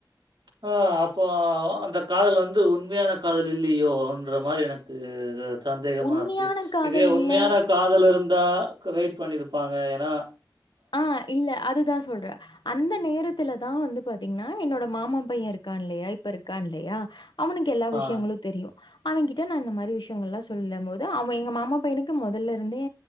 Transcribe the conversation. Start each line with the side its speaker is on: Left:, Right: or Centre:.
Right: ஆ அப்போ அந்த காதல் வந்து உண்மையான காதல் இல்லையோன்ற மாரி எனக்கு சந்தேகமா
Left: உண்மையான
Right: இருக்கு
Left: காதல்
Right: இதே உண்மையான
Left: இல்லை
Right: காதல் இருந்தா வெயிட் பண்ணிருப்பாங்க ஏன்னா
Left: ஆ இல்ல அது தான் சொல்ற அந்த நேரத்துலதான் வந்து பாத்தீங்கன்னா என்னோட மாமன் பையன் இருக்கான் இல்லையா இப்ப இருக்கான் இல்லையா அவனுக்கு எல்லா
Right: ஆ,
Left: விஷயங்களும் தெரியும் அவன் கிட்ட நான் இந்த மாரி விஷயங்கள் எல்லாம் சொல்லும் போது அவன் எங்க மாமா பையனுக்கு முதல்லல இருந்தே